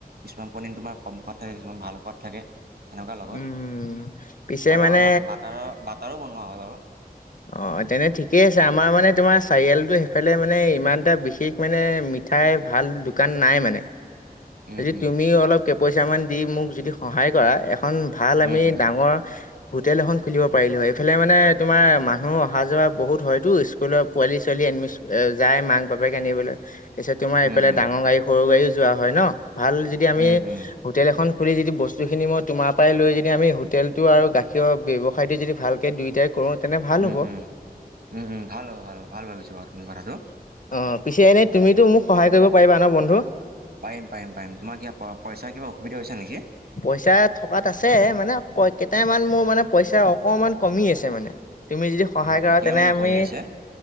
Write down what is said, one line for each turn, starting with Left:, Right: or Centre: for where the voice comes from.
Right: কিছুমান পনীৰ তোমাৰ কম সোৱদ থাকে কিছুমান ভাল সোৱদ থাকে। তেনেকুৱা লগত,
Left: উম পিছে
Right: আৰু
Left: মানে
Right: আমাৰ বাটাৰৰ বাটাৰো বনোৱা হয় বাৰু।
Left: অ' তেনে ঠিকেই আছে আমাৰ মানে তোমাৰ চাৰিআলটো সেইফালে মানে ইমান এটা বিশেষ মানে মিঠাই ভাল দোকান নাই মানে।
Right: উম
Left: যদি
Right: উম
Left: তুমিও অলপ কেপইচা মান দি মোক যদি সহায় কৰা এখন ভাল আমি
Right: উম
Left: ডাঙৰ হোটেল এখন খুলিব পাৰিলো এইফালে মানে তোমাৰ মানুহ অহা যোৱা বহুত হয়তো স্কুলৰ পোৱালি ছোৱালী যায় মাক বাপেক আনিবলৈ। তাৰপিছত তোমাৰ এইফালে
Right: উম উম
Left: ডাঙৰ গাড়ী সৰু গাড়ীও যোৱা হয় ন, ভাল যদি আমি
Right: উম উম উম
Left: হোটেল এখন খুলি যদি বস্তুখিনি মই তোমাৰ পৰাই লৈ যদি আমি হোটেলটো আৰু গাখীৰৰ ব্যৱসায়টো যদি ভালকৈ দুয়োটাই কৰোঁ তেনে ভাল
Right: উম
Left: হ'ব
Right: উম, উম উম ভাল হ'ব ভাল ভাল ভাবিছা বাৰু তুমি কথাটো।
Left: অ' পিছে এনেই তুমিতো মোক সহায়
Right: উম
Left: কৰিব পাৰিবা ন বন্ধু।
Right: পাৰিম পাৰিম পাৰিম তোমাৰ কিব পইচাৰ কিব অসুবিধা হৈছে নেকি?
Left: পইচা থকাত আছে মানে ক কেইটামান মোৰ মানে পইচা অকমান কমি আছে মানে। তুমি যদি সহায়
Right: উম,
Left: কৰা
Right: কিমান
Left: তেনে
Right: মান
Left: আমি,
Right: কমি আছে?